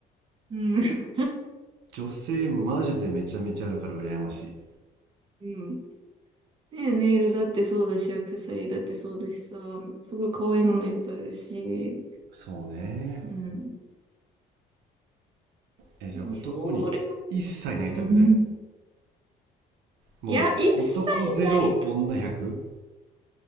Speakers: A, on the right; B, on the right.
A: うん。うん。
B: 女性マジでめちゃめちゃあるから羨ましい。
A: うんねネイルだってそうだし、アクセサリーだってそうだしさ、すごい可愛いものいっぱいあるし、
B: そうね。
A: うん。
B: え、じゃあ男に一切なりたくない。
A: それを、うん、
B: もう男ゼロ女100。
A: いや、一切なりた、